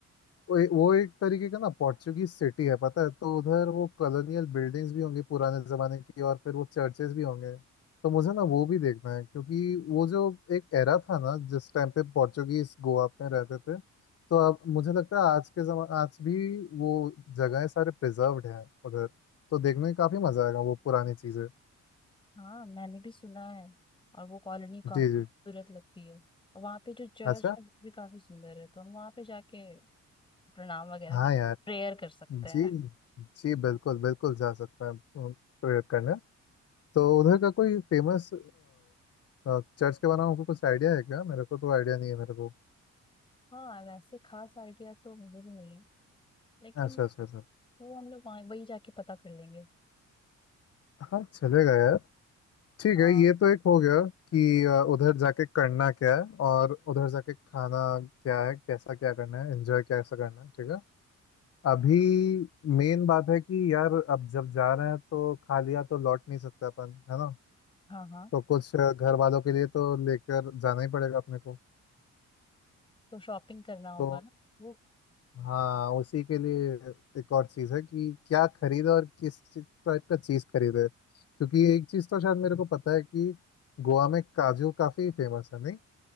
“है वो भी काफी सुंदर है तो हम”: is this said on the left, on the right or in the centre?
Left